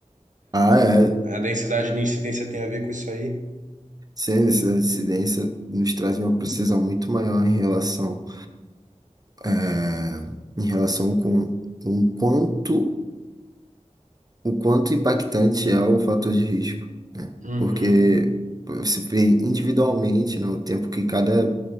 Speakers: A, on the right (about 30°); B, on the right (about 85°).
A: Ah, é.
B: A densidade de incidência tem a ver com isso aí?
A: Sim, essa incidência nos traz uma precisão muito maior em relação, eh, em relação com, com o quanto, o quanto impactante é o fator de risco, né?
B: Uhum,
A: Porque você vê individualmente, né, o tempo que cada,